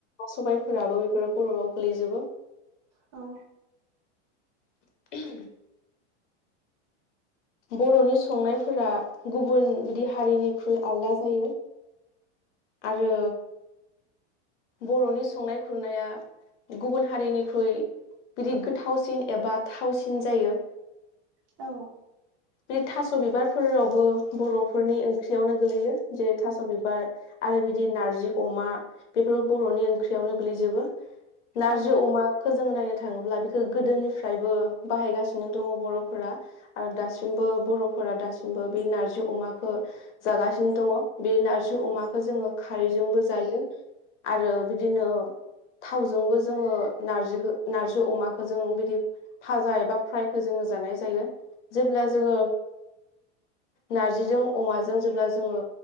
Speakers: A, on the left; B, on the right.
A: सबायफोराबो बेफोरो बर'वाव गोलैजोबो।
B: औ
A: <unintelligible> बर'नि संनायफोरा गुबुन बिदि हारिनिख्रुइ आलदा जायो। आरो बर'नि संनाय खुरनाया गुबुन हारिनिख्रुइ बिदि गोथावसिन एबा थावसिन जायो।
B: औ
A: बे थास' बिबारफोरावबो बर'फोरनि ओंख्रियावनो गोलैयो जेरै थास' बिबार आरो बिदि नारजि अमा बेफोरबो बर'नि ओंख्रियावनो गोग्लैजोबो। नारजि
B: औ
A: अमा खौ जोङो नायनो थाङोब्ला बेखौ गोदोनिफ्रायबो बाहायगासिनो दङ बर'फोरा आरो दासिम बो दासिमबो बर'फोरा दासिमबो बे नारजि अमाखौ जागासिनो दङ बे नारजि अमा खौ जोङो खारैजोंबो जायो आरो बिदिनो थावजोंबो जोङो नारजिखौ नार्जि अमाखौ जों बिदि फाजा एबा फ्रायखौ जोङो जानाय जायो जेब्ला जोङो नारजिजों अमाजों जेब्ला जोङो